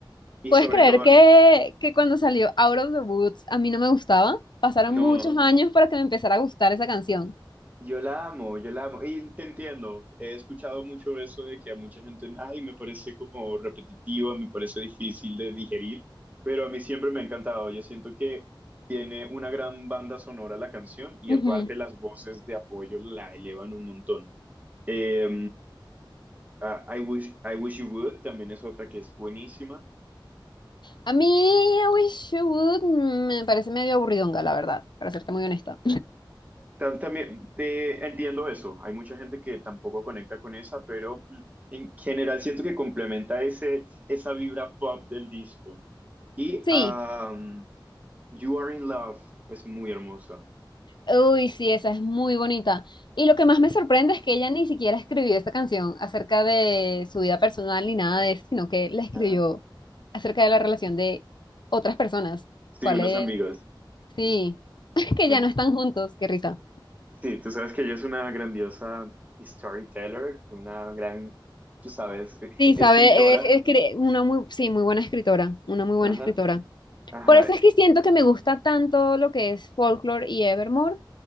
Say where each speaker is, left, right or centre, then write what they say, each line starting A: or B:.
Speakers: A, on the right; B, on the left.
A: Y
B: ¿Puedes
A: sobre
B: creer
A: todo,
B: que, que cuando salió Out of the Woods a mí no me gustaba? Pasaron
A: no.
B: muchos años para que me empezara a gustar esa canción.
A: Yo la amo, yo la amo. Y te entiendo, he escuchado mucho eso de que a mucha gente, ay, me parece como repetitiva, me parece difícil de digerir, pero a mí siempre me ha encantado. Yo siento que tiene una gran banda sonora la canción y
B: Ujú.
A: aparte las voces de apoyo la elevan un montón. Eh, ah, I wish, I wish you would también es otra que es buenísima.
B: A mí, I Wish You Would mm, me parece medio aburridonga, la verdad, para serte muy honesta.
A: Tam- También te entiendo eso. Hay mucha gente que tampoco conecta con esa, pero mm, en general siento que complementa ese, esa vibra pop del disco. Y
B: Sí,
A: um, You Are in Love es muy hermosa.
B: uy, sí, esa es muy bonita. Y lo que más me sorprende es que ella ni siquiera escribió esta canción acerca de su vida personal ni nada de eso, sino que la escribió
A: Ajá.
B: acerca de la relación de otras personas.
A: Sí,
B: ¿Cuál
A: unos
B: es?
A: amigos.
B: Sí, <laughs> que
A: Bueno,
B: ya no están juntos, qué risa.
A: sí, tú sabes que ella es una grandiosa storyteller, una gran, tú sabes, <laughs>
B: Sí,
A: escritora.
B: sabe, es, es cre- una muy, sí, muy buena escritora, una muy buena
A: Ajá,
B: escritora.
A: ajá,
B: Por eso es que siento que me gusta tanto lo que es Folklore y Evermore